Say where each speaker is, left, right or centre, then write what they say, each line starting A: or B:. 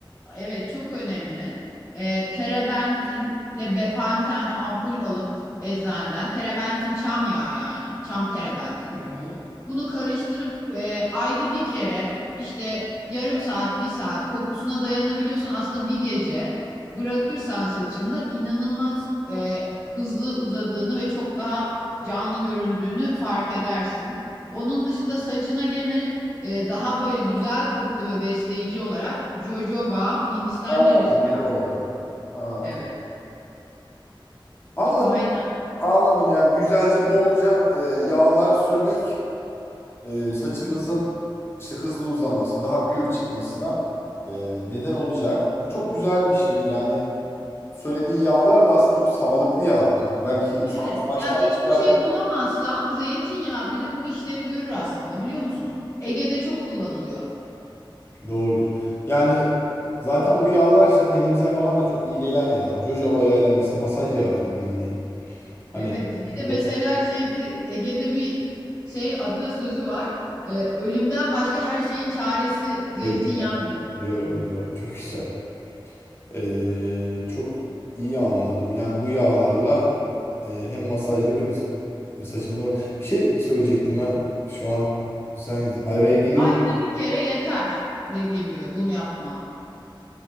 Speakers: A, on the left (about 40°); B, on the left (about 25°).
A: Evet çok önemli. E, terebentinle bepanten ampul alıp eczaneden. Terebentin çam yağı yani. Çam terebentini.
B: Hı hı.
A: Bunu karıştırıp e, ayda bir kere işte yarım saat, bir saat kokusuna dayanabiliyorsan aslında bir gece bırakırsan saçında inanılmaz e, hızlı uzadığını ve çok daha canlı göründüğünü fark edersin. Onun dışında saçına gene e, daha böyle güzel kokulu ve besleyici olarak jojoba, Hindistan
B: Aa,
A: cevizi yağı.
B: jojoba ya. Aa,
A: Evet,
B: çok... Anladım,
A: aynen.
B: anladım. Yani güzelce, bolca e, yağlar sürmek e, saçımızın işte hızlı uzaması, daha gür çıkmasına e, neden olacak. Bu çok güzel bir şey. Yani söylediğin yağlar da aslında çok sağlıklı yağlar. Hani belki sa-
A: Evet.
B: saçtan
A: Ya hiçbir
B: geldi.
A: şey bulamazsan zeytinyağı bile bu işlevi görür aslında biliyor musun? Ege'de çok kullanılıyor.
B: Doğrudur. Yani zaten bu yağlar işte tenimize falan da çok iyi gelen yağlar. Jojoba yağıyla mesela masaj yağı benim bildiğim. Hani
A: Evet, bir
B: vücuda
A: de mesela şeydi Ege'de bir şey atasözü var. Ee, ölümden başka her şeyin çaresi zeytinyağı
B: zeytinyağı.
A: diyor.
B: Biliyorum, biliyorum. Çok güzel. Ee, çok iyi anladım. Yani bu yağlarla e, hem masaj yapıp hem sa- saçımıza ma- bir şey söyleyecektim ben. Şu an sen araya girince
A: Ayda bir kere yeter dediğim gibi bunu yapman.